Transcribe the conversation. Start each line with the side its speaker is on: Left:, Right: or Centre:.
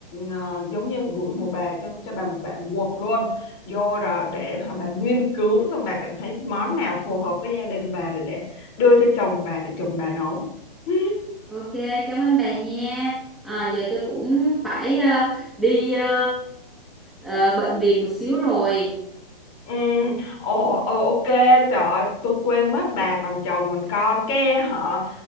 Left: ờ, giống như gửi một bà cho cho bà một bản Word luôn vô rồi để bà nghiên cứu xong bà cảm thấy món nào phù hợp với gia đình bà để để đưa cho chồng bà để chồng bà nấu <laughs>
Centre: Ok, cảm ơn bà nha. À, giờ tôi cũng phải ờ, đi ờ, ờ, bận việc một xíu rồi.
Left: Ừ, ồ, ờ, ok, trời ơi, tôi quên mất bà còn chồng còn con cái họ